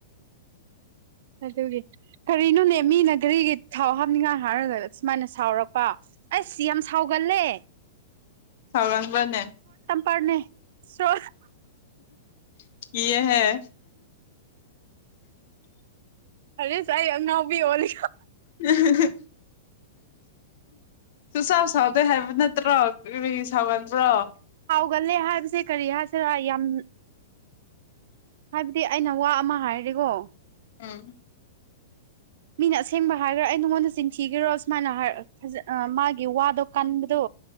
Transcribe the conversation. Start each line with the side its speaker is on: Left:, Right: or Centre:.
Right: ꯑꯗꯨꯗꯒꯦ ꯀꯔꯤꯅꯣꯅꯦ ꯃꯤꯅ ꯒꯥꯔꯤꯒꯤ ꯊꯥꯎ ꯍꯥꯞꯅꯤꯡꯉꯥꯏ ꯍꯥꯏꯔꯒ ꯁꯨꯃꯥꯏꯅ ꯁꯥꯎꯔꯛꯄ ꯑꯁ ꯌꯥꯝ ꯁꯥꯎꯒꯜꯂꯦ
Left: ꯁꯧꯔꯪꯕꯅꯦ
Right: ꯄꯔꯅꯦ ꯁ꯭ꯔꯣ
Left: ꯀꯤꯌꯦꯍ‌ꯦ
Right: <unintelligible> ꯑꯩ ꯑꯉꯥꯎꯕꯤ ꯍꯜꯂꯤ
Left: <unintelligible> ꯇꯁꯥꯎ ꯁꯥꯎꯗ ꯍꯥꯏꯕ ꯅꯠꯇꯔ ꯁꯥꯎꯒ ꯕ꯭ꯔꯣ
Right: ꯒꯜꯂꯦ ꯍꯥꯏꯕꯁꯦ ꯀꯔꯤ ꯍꯥꯏꯁꯤꯔ ꯌꯥꯝ ꯍꯥꯏꯕꯗꯤ ꯑꯩꯅ ꯋꯥ ꯑꯃ ꯍꯥꯏꯔꯦꯀꯣ
Left: ꯎꯝ
Right: ꯃꯤꯅ ꯑꯁꯦꯡꯕ ꯍꯥꯏꯔꯒ ꯑꯩ ꯅꯉꯣꯟꯗ ꯆꯤꯟꯊꯤꯒꯔꯣ ꯁꯨꯃꯥꯏꯅ ꯍꯥꯏꯖ ꯃꯥꯒꯤ ꯋꯥꯗꯣ ꯀꯟꯕꯗꯣ